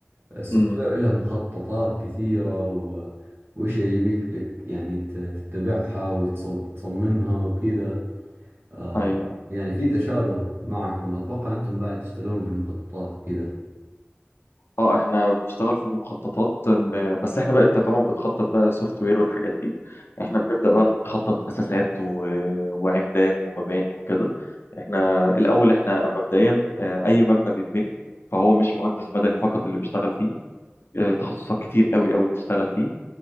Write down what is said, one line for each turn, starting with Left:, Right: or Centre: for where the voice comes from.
Right: السوفت
Left: امم
Right: وير له مخططات كثيرة و... وش يبيك لك يعني ت- تتبعها وتصممها وكذا آه
Left: ايوه
Right: يعني في تشابه معكم أتوقع أنتم بعد تشتغلون في المخططات وكذا
Left: اه احنا بنشتغل في المخططات م- بس احنا بقى انت طبعا بتخطط بقى سوفت وير والحاجات دي احنا بنبدأ بقى نخطط اساسات و... وعمدان ومباني وكده احنا الاول احنا مبدئيا آه، اي مبنى بيتبني فهو مش مهندس مدني فقط اللي بيشتغل فيه آه، تخصصات كتير قوي قوي بتشتغل فيه